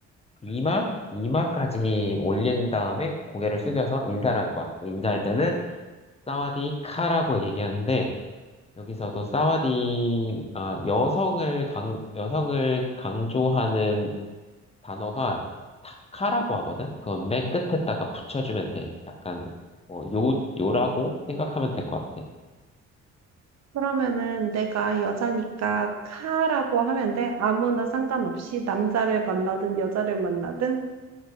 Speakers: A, on the left; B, on the right.
A: 이마 이마까지 올리는 다음에 고개를 숙여서 인사를 하는 거야. 인사할 때는 사와디카라고 얘기하는데 여기서도 사와디 아, 여성을 강 여성을 강조하는 단어가 타카라고 하거든? 그건 맨 끝에다가 붙여주면 돼. 약간, 뭐, 요, 요라고 생각하면 될 것 같아.
B: 그러면은 내가 여자니까 카라고 하면 돼. 아무나 상관없이 남자를 만나든 여자를 만나든,